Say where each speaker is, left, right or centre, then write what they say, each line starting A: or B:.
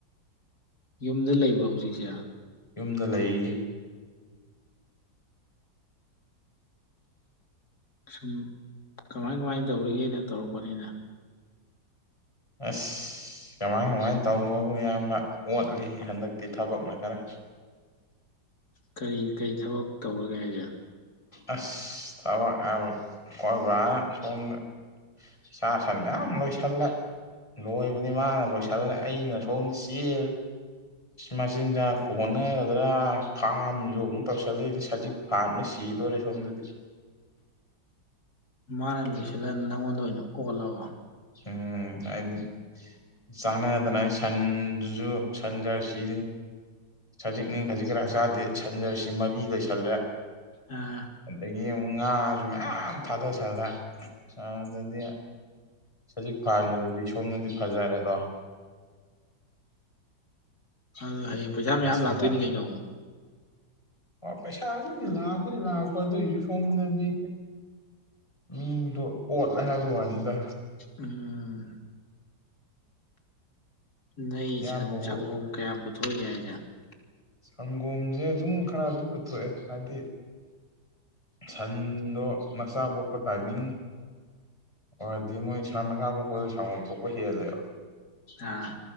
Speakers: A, on the left; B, on the left.
A: ꯌꯨꯝꯗ ꯂꯩꯕ꯭ꯔꯣ ꯍꯧꯖꯤꯛꯁꯦ
B: ꯌꯨꯝꯗ ꯂꯩꯌꯦ
A: ꯁꯨꯝ ꯀꯃꯥꯏ ꯀꯃꯥꯏꯅ ꯇꯧꯔꯤꯒꯦꯅ ꯇꯧꯔꯛꯄꯅꯤꯅ
B: ꯑꯁ ꯀꯃꯥꯏ ꯀꯃꯥꯏꯅ ꯇꯧꯕꯕꯨ ꯏꯌꯥꯝꯕ ꯑꯣꯠꯂꯤ ꯍꯟꯗꯛꯇꯤ ꯊꯕꯛꯅ ꯈꯔ
A: ꯀꯔꯤ ꯀꯔꯤ ꯊꯕꯛ ꯇꯧꯔꯒꯦ ꯍꯥꯏꯁꯦ
B: ꯑꯁ ꯊꯕꯛ ꯑꯣꯏꯣꯏꯕ ꯁꯣꯝꯗ ꯁꯥ ꯁꯟ ꯃꯌꯥꯝ ꯂꯣꯏꯁꯤꯜꯂ ꯂꯣꯏꯕꯅꯤ ꯃꯥꯅ ꯂꯣꯏꯁꯤꯜꯂꯦ ꯑꯩꯅ ꯁꯣꯝꯗ ꯆꯦꯜꯜꯂꯤ ꯃꯆꯤꯟꯖꯥꯛ ꯍꯣꯠꯅꯒꯗ꯭ꯔꯥ ꯐꯥꯝꯁꯨ ꯑꯃꯨꯛ ꯇꯧꯁꯜꯂꯤ ꯁꯖꯤꯛ ꯐꯥꯝꯗ ꯆꯤꯗꯔꯦ ꯁꯝꯗꯗꯤ
A: ꯃꯥꯅ ꯂꯣꯏꯁꯤꯜꯂ ꯅꯪꯉꯣꯟꯗ ꯑꯣꯏꯅꯧ ꯀꯣꯜꯂꯕ
B: ꯎꯝ ꯍꯥꯏꯗꯤ ꯆꯥꯟꯅꯗꯅ ꯁꯟꯗꯨꯁꯨ ꯁꯟꯖꯔꯁꯤ ꯁꯖꯤꯛꯅꯤ ꯈꯖꯤꯛ ꯈꯔ ꯆꯥꯗꯦ ꯁꯟ ꯖꯥꯔꯁꯤ ꯃꯔꯤ ꯂꯩꯁꯜꯂꯦ
A: ꯑꯥ
B: ꯑꯗꯒꯤ ꯑ ꯉꯥꯁꯨ ꯃꯌꯥꯝ ꯊꯥꯗꯁꯜꯂꯦ ꯑꯗꯗꯤ ꯁꯖꯤꯛ ꯐꯥꯟꯕꯗꯗꯤ ꯁꯣꯝꯗꯗꯤ ꯐꯖꯔꯦꯗꯣ꯫
A: <unintelligible> ꯍꯌꯦꯡ ꯄꯩꯁꯥ ꯃꯌꯥꯝ
B: ꯃꯁꯤꯡꯅ
A: ꯂꯥꯛꯇꯣꯏꯅꯤ ꯀꯩꯅꯣ꯫
B: ꯄꯩꯁꯥꯕꯨꯗꯤ ꯂꯥꯛꯄꯗꯤ ꯂꯥꯛꯄ ꯑꯗꯨꯑꯣꯏꯁꯨ ꯁꯣꯝꯗꯗꯤ ꯃꯤꯗꯣ ꯑꯣꯠꯂꯦ ꯍꯥꯏꯕ ꯋꯥꯅꯤꯗ꯫
A: ꯎꯝ꯫ ꯅꯩ
B: ꯏꯌꯥꯝꯕꯕꯨ
A: ꯁꯟ ꯁꯪꯒꯣꯝ ꯀꯌꯥꯝ <unintelligible>
B: ꯁꯪꯒꯣꯝꯁꯦ ꯑꯗꯨꯝ ꯈꯔ ꯑꯗꯨꯝ ꯄꯨꯊꯣꯛꯑꯦ ꯍꯥꯏꯗꯤ ꯁꯟꯗꯣ ꯃꯆꯥ ꯄꯣꯛꯄ ꯇꯥꯏꯃꯤꯡ ꯑꯣꯏꯔꯗꯤ ꯃꯣꯏ ꯁꯥ ꯃꯁꯥ ꯄꯣꯛꯄꯗ ꯁꯪꯒꯣꯝ ꯊꯣꯛꯄ ꯍꯦꯜꯂꯦꯕ
A: ꯑꯥ